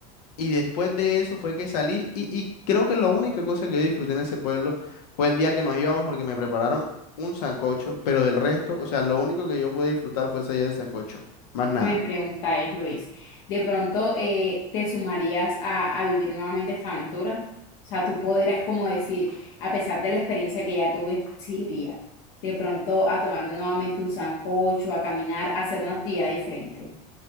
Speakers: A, on the left (about 85°); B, on the left (about 50°).
A: Y después de eso fue que salí y, y creo que la única cosa que yo disfruté en ese pueblo fue el día que nos íbamos porque me prepararon un sancocho, pero del resto, o sea, lo único que yo pude disfrutar fue ese día de sancocho, más nada.
B: No, Mi pregunta es, Luis, ¿de pronto eh, te sumarías a, a vivir nuevamente esta aventura? O sea, tú podrías como decir, a pesar de la experiencia que ya tuve, sí iría. De pronto a tomarme nuevamente un sancocho, a caminar, a hacer una actividad diferente.